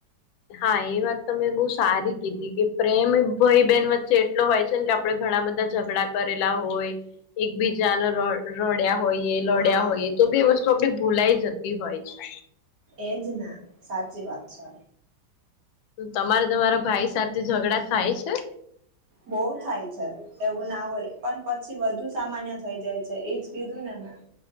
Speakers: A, on the left; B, on the right.
A: હા એ વાત તમે બો સારી કીધી કે પ્રેમ ભાઈ બેહેન વચ્ચે એટલો હોય છે ને કે આપણે ઘણા બધા ઝઘડા કરેલા હોય એકબીજાને ર રડ્યા હોઈય લડ્યા
B: હા
A: હોઈય તો બી વસ્તુ આપડી ભૂલાય જતી હોય છે.
B: એજ ને સાચી વાત છે.
A: તમારે તમારા ભાઈ સાથે ઝઘડા થાય છે?
B: બો થાય છે. એવું ના હોય પણ પછી બધુ સામાન્ય થઈ જાય છે એજ કીધું ને મેં